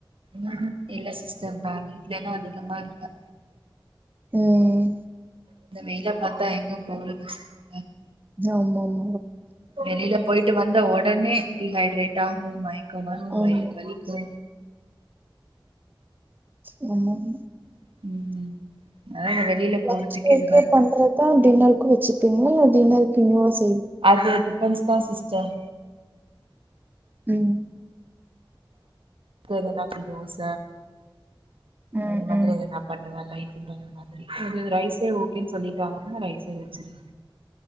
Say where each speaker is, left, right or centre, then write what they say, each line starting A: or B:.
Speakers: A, on the right; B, on the right.
A: ம்ஹும் இல்ல சிஸ்டர் நா வீட்லதா அதிகமா இருப்பே
B: ம்
A: இந்த வெயில பாத்தா எங்க போறது சொல்லுங்க
B: ஆமாமா
A: வெளியில போயிட்டு வந்த ஒட் டனே டிஹைட்ரெட்டாகூ மை ஒரு மாரி
B: ஆமா
A: வயிறு வலிக்கூ
B: லெமன்
A: ம் அதா இந்த வெளியில போறதுக்கே
B: லஞ்ச்க்கு வரைக்கூ
A: இதுவா இருக்கு
B: பண்றதா டின்னர் வச்சிப்பீங்களா ஆ டின்னர்ருக்கு வேற <unintelligible>
A: அது டிபென்ஸ் தா சிஸ்டர்
B: ம்
A: கதுனாபி தோச
B: ம்
A: அந்த மாத்ரி
B: ம்
A: எதுனா பண்ணுவே லை ஃபுட் அந்த மாத்ரி அது ரைஸே ஓகேன்னு சொல்லிட்டாங்கன்னா ரைஸே வச்சிருவே